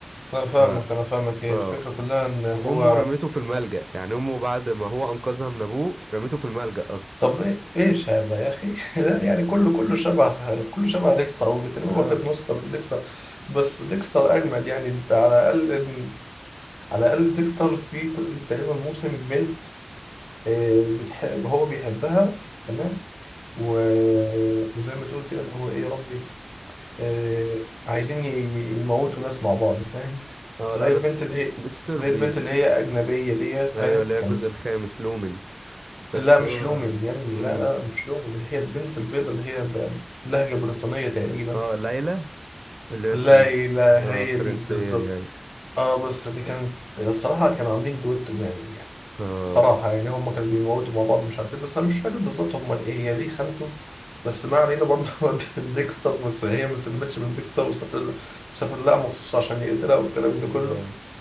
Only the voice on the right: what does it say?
ف
آه،
وامه رميته في الملجأ يعني امه بعد ما هو انقذها من ابوه رميته في الملجأ اصلا
اه
اه
لا
بس
ديكستر
بي
ايوه اللي هي
الجزء الخامس لومن بس
هو
امم
اه ليلى اللي هي
فرن
اه
فرنسية
دي ايوه
اه
اه